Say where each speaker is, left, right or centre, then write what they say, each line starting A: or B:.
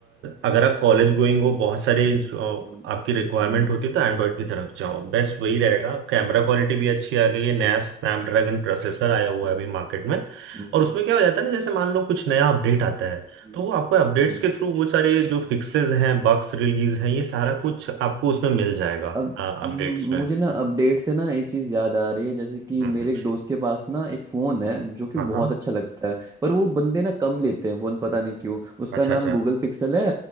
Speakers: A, on the right; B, on the right.
A: अगर आप कॉलेज गोइंग हो बहुत सारे
B: हम्म,
A: अ,
B: हम्म,
A: आपकी रिक्वायरमेंट
B: हम्म,
A: होती है तो एंड्रॉयड की तरफ जाओ बेस्ट वही रहेगा कैमरा क्वालिटी भी अच्छी आ गई है नया स्नैपड्रैगन प्रोसेसर आया हुआ
B: हम्म,
A: है अभी मार्केट में
B: हम्म,
A: और उसमें क्या हो जाता है ना जैसे मान लो कुछ नया अपडेट आता है
B: हम्म,
A: तो वो आपको अपडेट्स
B: हम्म,
A: के थ्रू वो सारे जो फिक्सेस हैं बग्स रिलीज हैं ये सारा कुछ आपको उसमें मिल जाएगा
B: अब
A: अपडेट्स
B: म-
A: में
B: मुझे ना अपडेट से ना एक चीज़ याद आ रही है जैसे कि
A: हम्म
B: मेरे
A: हम्म,
B: एक दोस्त के पास ना एक फ़ोन है जो कि
A: हाँ
B: बहुत
A: हाँ
B: अच्छा लगता है पर वो बंदे ना कम लेते हैं फ़ोन पता नहीं क्यों उसका
A: अच्छा
B: नाम
A: अच्छा
B: गूगल पिक्सल है